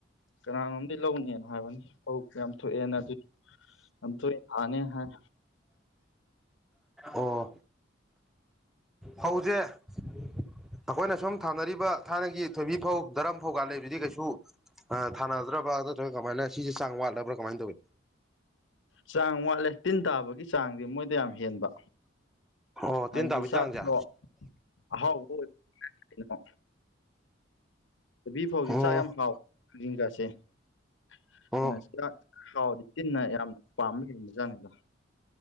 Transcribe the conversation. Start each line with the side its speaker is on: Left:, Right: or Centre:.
Left: ꯀꯅꯥꯅꯣꯝꯗꯤ ꯂꯧꯅꯤꯅ ꯍꯥꯏꯕꯅꯤ ꯐꯧ ꯌꯥꯝ ꯊꯣꯛꯑꯦꯅ ꯑꯗꯨ ꯑꯗ ꯌꯥꯅꯦ ꯍꯥꯏ
Centre: ꯑꯣ ꯍꯧꯎꯁꯦ ꯑꯩꯈꯣꯏꯅ ꯁꯨꯝ ꯊꯥꯅꯔꯤꯕ ꯊꯥꯏꯅꯒꯤ ꯊꯣꯏꯕꯤ ꯐꯧ ꯗꯔꯝ ꯐꯧꯀ ꯂꯩꯕꯗꯤ ꯀꯩꯁꯨ ꯑ ꯊꯥꯅꯗ꯭ꯔꯕ꯭ꯔꯥ ꯀꯃꯥꯏꯅ ꯁꯤꯁꯦ ꯆꯥꯡ ꯋꯥꯠꯂꯕ꯭ꯔꯥ ꯀꯃꯥꯏꯅ ꯇꯧꯏꯤ
Left: ꯆꯥꯡ ꯋꯥꯠꯂꯦ ꯇꯤꯟ ꯇꯥꯕꯒꯤ ꯆꯥꯡꯗꯤ ꯃꯣꯏꯗ ꯌꯥꯝ ꯍꯦꯟꯕ
Centre: ꯑꯣ
Left: ꯍꯥꯏꯗꯤ
Centre: ꯇꯤꯟ ꯇꯥꯕꯒꯤ
Left: ꯆꯥꯛꯇꯣ
Centre: ꯆꯥꯡꯁꯦ
Left: ꯑꯍꯥꯎꯕ ꯑꯣꯏ ꯀꯩꯅꯣ ꯂꯝꯕꯤ ꯐꯥꯎꯗꯤ
Centre: ꯑꯣ
Left: ꯆꯥꯛ ꯌꯥꯝ ꯍꯥꯎ ꯂꯤꯡꯒꯥꯁꯦꯥꯛ
Centre: ꯑꯣ
Left: ꯍꯥꯎꯗꯤ ꯇꯤꯟꯅ ꯌꯥꯝꯅ ꯄꯥꯝꯕ ꯍꯗ ꯆꯥꯅꯤꯗ